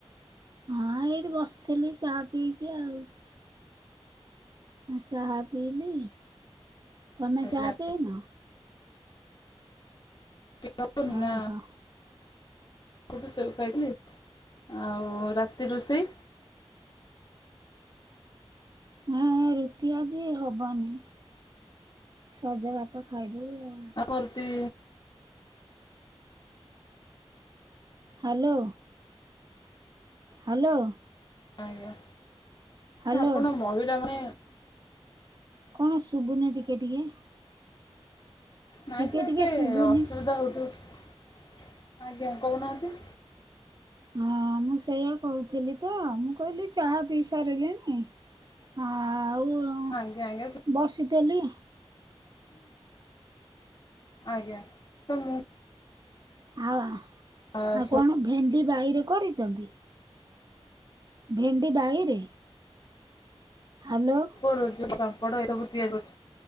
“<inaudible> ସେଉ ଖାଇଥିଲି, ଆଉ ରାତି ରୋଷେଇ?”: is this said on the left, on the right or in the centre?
Left